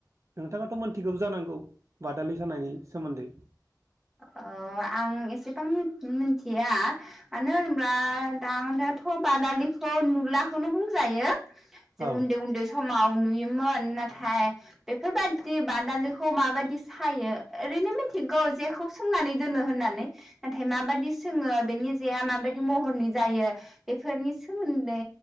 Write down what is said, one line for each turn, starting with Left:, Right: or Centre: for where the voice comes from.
Right: नोंथाङाथ मोनथिगौ जानांगौ बादालि सानायनि सोमोन्दै
Centre: अ आं एसेबां मिथिया मानो होनब्ला दानाथ बादालिखौ नुलाखौनो बुंजायो जों
Right: औ
Centre: उन्दै उन्दै समाव नुयोमोन नाथाय बेफोरबायदि बादालिखौ माबायदि सायो ओरैनो मिथिगौ जेखौ सोंनानै दोनो होननानै नाथाय माबादि सोङो बेनि जेआ माबायदि महरनि जायो बेफोरनि सोमोन्दै